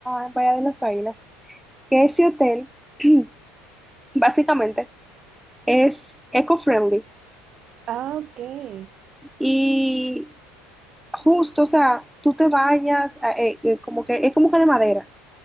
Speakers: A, in the centre; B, on the right.
A: en Bahía de las Águilas, que ese hotel <clears throat> básicamente es eco-friendly.
B: Ah, ok. Qué
A: Y Justo, o sea, tú te bañas, a- eh, eh, como que es como que de madera,